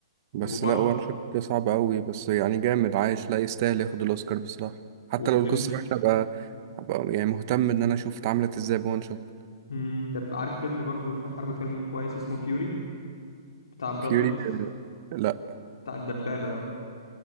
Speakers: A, on the left (about 85°); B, on the right (about 45°).
A: وبرضه
B: بس لا وان شوت ده صعب أوي بس يعني جامد عايش لا يستاهل ياخد الأوسكار بصراحة حتى
A: وفيلم
B: لو القصة وحشة أبقى أبقى يعني مهتم إن أنا أشوف اتعملت ازاي بوان شوت
A: مم. طب عارف فيلم برضه في حرب فيلم كويس اسمه فيوري بتاع براد
B: فيوري
A: بيت
B: لا
A: بتاع الدبابة ده